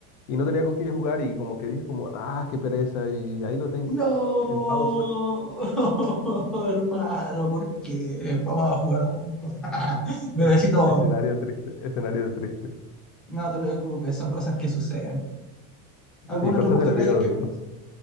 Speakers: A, on the left; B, in the centre.
A: y no tenía con quién jugar y como que dije como, ah, qué pereza y ahí lo tengo,
B: No,
A: en pausa.
B: <laughs> hermano, ¿por qué? Vamos a jugar juntos. <laughs> Necesito...
A: <laughs> Escenario triste, escenario triste.
B: No te preocupes, son cosas que suceden. ¿Algún
A: Sí, cosas
B: otro multiplayer
A: de la vida adulta.
B: que juegues?